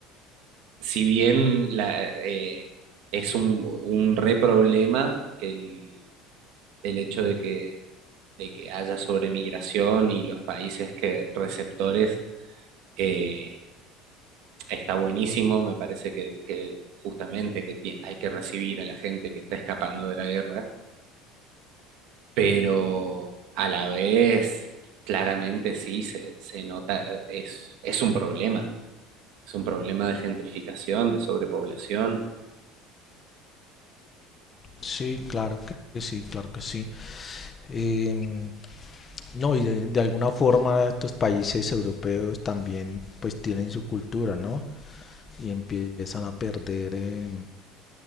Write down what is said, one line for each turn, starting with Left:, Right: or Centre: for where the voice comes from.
Right: si bien la, eh, es un, un re problema el el hecho de que, de que haya sobremigración y los países que receptores eh, está buenísimo, me parece que, que justamente que tie- hay que recibir a la gente que está escapando de la guerra, pero a la vez claramente sí se, se nota, eh, es, es un problema, es un problema de gentrificación, de sobrepoblación.
Left: Sí, claro que sí, claro que sí. Em, no, y de, de alguna forma estos países europeos también pues tienen su cultura, ¿no? y empiezan a perder, eh,